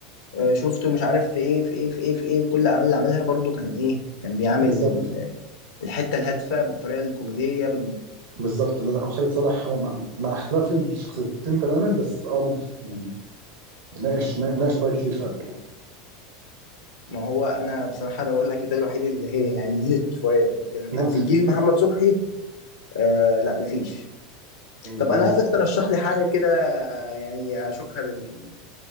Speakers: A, on the left; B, on the right.
A: آه شفته مش عارف في ايه في ايه في ايه في ايه في كل الاعمال اللي عملها برضو كان ايه كان بيعمل
B: بالظبط
A: ال- الحتة الهادفة بالطريقة الكوميدية بال...
B: بالظبط لا لا هو خالد صالح هو مع مع اختلاف الشخصيتين تماما بس اه ممكن يعني ناقش ناقش قضايا كتير فعلا
A: ما هو انا بصراحة ده بقول لك ده الوحيد اللي هي يعني <laughs> شوية لكن
B: ممكن
A: في جيل محمد صبحي آه لا مفيش
B: <laughs>
A: طب
B: مم.
A: انا عايزك ترشح لي حاجه كده يعني اشوفها لل...